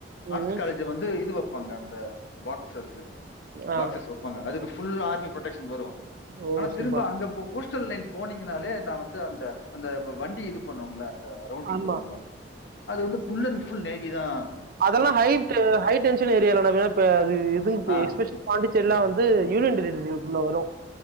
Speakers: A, on the left; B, on the right.
A: ஆர்ட்ஸ்
B: ம்
A: காலேஜ் இங்க வந்து இது வெப்பாங்க அந்த பாக்சஸ்
B: ஆ
A: பாக்சஸ் வெப்பாங்க அதுக்கு ஃபுல் ஆர்மி ப்ரொடெக்ஷன் வரு
B: ஓ
A: ஆனா
B: சூப்பர்
A: திரும்ப அங்க போஸ்டல் லைன் போனீங்னாலே நா வந்து அந்த அந்த வண்டி இது பண்ணுவோள அந்த ரவுண்டிங்
B: ஆமா
A: வருவங்களா அது வந்து ஃபுல் அண்ட் ஃபுல் நேவி தா
B: அதெல்லா ஹய் டென்ஷன் ஏரியல வேணா எது
A: ஆ
B: எஸ்பெஷலி பாண்டிச்சேரி எல்லா வந்து யூனியன் டெரிடரிக்குள்ள வரும்